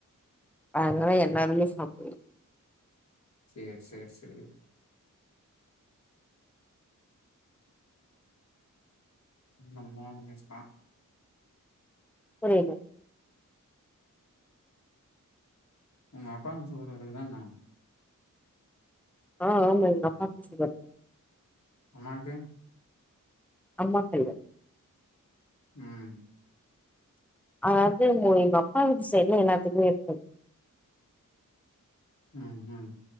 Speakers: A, in the centre; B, on the left.
A: அதலா எல்லாருமே சாப்பலா
B: சேரி சேரி சேரி <unintelligible>
A: புரியல
B: உங்க அப்பாக்கு சுகர் ஏதா இருக்குதா இன்னா
A: அ ஆமா எங்கஅப்பாக்கு சுகர்
B: அம்மாக்கு
A: அம்மாக்கில்ல
B: ம்
A: அது எங்கப்பா வீட்டு சைட்ல எல்லாத்துக்கு இருக்கு
B: நான் நான்